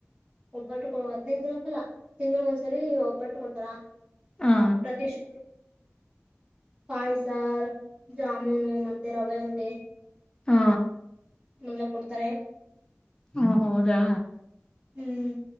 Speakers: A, on the right (about 20°); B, on the left (about 15°).
A: ಒಬ್ಬಟ್ಟು ಕೊ ಹದ್ನೈದ ದಿನಕ್ಕಲ್ಲ ತಿಂಗಳಿಗೊಂದ ಸರಿ ಒಬ್ಬಟ್ಟು ಕೊಡ್ತಾರ.
B: ಹಾ
A: ಪ್ರತಿಷ ಪಾಯ್ಸಾ ಜಾಮೂನು ಮತ್ತೆ ರವೆ ಉಂಟೆ
B: ಹಾ.
A: ವೆಲ್ಲ ಕೊಡ್ತಾರೆ.
B: ಹಾ ಹೌದಾ.
A: ಹ್ಮ್